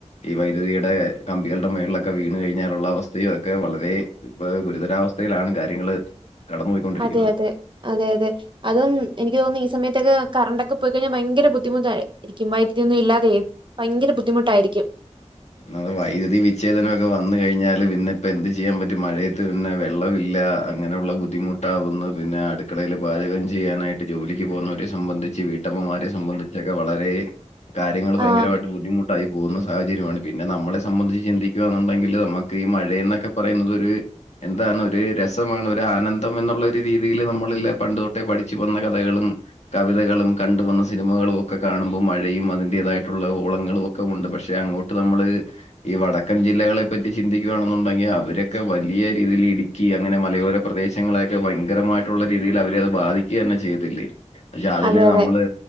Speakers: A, on the left; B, on the right.
A: ഈ വൈദ്യുതിയുടെ കമ്പികൾടെ മേൾലൊക്കെ വീണ് കഴിഞ്ഞാലുള്ള അവസ്ഥയും ഒക്കെ വളരേ ഇപ്പ ഗുരുതരാവസ്ഥയിലാണ് കാര്യങ്ങള് കടന്നുപോയിക്കൊണ്ടിരിക്കുന്നത്.
B: അതെ അതെ അതെ അതെ അതും എനിക്ക് തോന്നുന്നു ഈ സമയത്തൊക്കെ കറണ്ടൊക്കെ പോയിക്കഴിഞ്ഞാ ഭയങ്കര ബുദ്ധിമുത്തായി ഇരിക്കും വൈദ്യതിയൊന്നും ഇല്ലാതെ ഭയങ്കര ബുദ്ധിമുട്ടായിരിക്കും
A: ഒന്നാമത് വൈദ്യുതി വിച്ഛേദനം ഒക്കെ വന്നു കഴിഞ്ഞാല് പിന്നെ ഇപ്പ എന്ത് ചെയ്യാൻ പറ്റും മഴയ ത്ത് പിന്നെ വെള്ളമില്ല അങ്ങനെയുള്ള ബുദ്ധിമുട്ടാവുന്നു പിന്നെ അടുക്കളയിൽ പാചകം ചെയ്യാനായി ട്ട്, ജോലിക്ക് പോകുന്നവരെ സംബന്ധിച്ച് വീട്ടമ്മമാരെ സംബന്ധിച്ചൊക്കെ വളരെ കാര്യങ്ങള് ഭയങ്കരവായിട്ട്
B: ആഹ്
A: ബുദ്ധി മുട്ടായി പോകുന്ന സാഹചര്യമാണ് പിന്നെ നമ്മളെ സംബന്ധിച്ച് ചിന്തിക്കുയെന്നുണ്ടെങ്കില് നമ്മക്ക് ഈ മഴെ എന്നൊക്കെ പറയുന്നത് ഒർ എന്താണ് ഒരു രസമാണ് ഒരു ആനന്ദം എന്നുള്ള ഒരു രീതിയിയില് നമ്മളല്ല പണ്ട് തൊട്ടേ പഠിച്ചു വന്ന കഥകളും കവിതകളും കണ്ടുവന്ന സിനിമകളും ഒക്കെ കാണുമ്പോൾ മഴയും അതിന്റേതായിട്ടുള്ള ഓള ങ്ങളൊക്കെ ഉണ്ട്. പക്ഷെ അങ്ങോട്ട് നമ്മള് ഈ വടക്കൻ ജില്ലകളെ പറ്റി ചിന്തിക്കുകയാണെന്നുണ്ടെങ്കിൽ അവരൊക്കെ വലിയ രീതിയിൽ ഇടി ക്കി അങ്ങനെ മലയോര പ്രദേശങ്ങളെയൊക്കെ ഭയങ്കരമായിട്ടുള്ള രീതിയിൽ അവരെ അത് ബാധിക്കുക തന്നെ ചെയ്തിട്ടില്ലേ. പക്ഷെ അതിന്
B: അതെ അതെ
A: നമ്മള്